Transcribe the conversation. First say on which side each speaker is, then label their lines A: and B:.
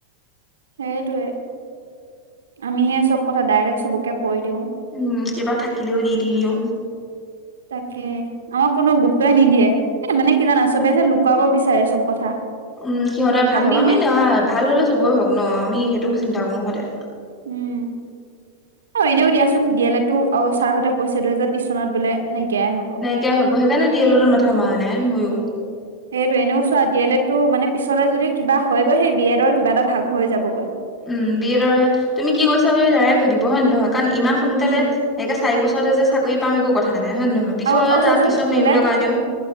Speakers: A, on the right; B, on the left.
A: সেইটোৱে আমিহে চব কথা ডাইৰেক্ট চবকে কৈ দিও।
B: উম কিবা থাকিলেও দি দি দিও।
A: তাকে আমাক কোনো গুৰুত্বই নিদিয়ে এ মানে কি জানা চবে যে লুকোৱাব বিচাৰে চব কথা
B: উম সিহঁতৰে ভাল
A: আমিহে
B: হওক আমি নহয় ভাল হ'লে চবেই হওক ন আমি সেইটো চিন্তা কৰো সদায়।
A: উম অ এনেও দিয়াচোন ডি এল এডতো আৰু ছাৰহঁতে কৈছে দুহেজাৰ ত্ৰিশ চনত বোলে নাইকিয়াই হ'ব
B: নাইকিয়াই হব সেইকাৰণে ডি এল এডৰ মাথা মৰা নাই ময়ো।
A: সেইটো এনেও চোৱা ডি এল এড টো মানে পিছলে যদিও কিবা হয়গৈ সেই বি এডৰ কিবা এটা ভাগ হৈ যাবগৈ।
B: উম বি এডৰ হে তুমি কি কৰিছা বুলি ডাইৰেক্ট সুধিব হয় নে নহয় কাৰণ ইমান সোনকালে
A: উম
B: একে চাৰি বছৰতে যে চাকৰি পাম একো কথা নাই হয় নহয় পিছৰ
A: আৰু আৰু চোৱাচোন
B: তাৰ পিছত
A: বোলে
B: মাৰিবলে কাৰণেও